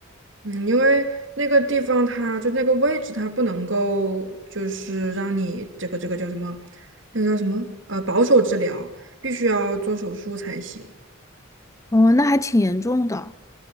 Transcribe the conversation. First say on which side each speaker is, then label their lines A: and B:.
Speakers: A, on the right; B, on the left.
A: 嗯，因为那个地方它就那个位置，它不能够就是让你这个这个叫什么，那个叫什么呃保守治疗，必须要做手术才行。
B: 哦，那还挺严重的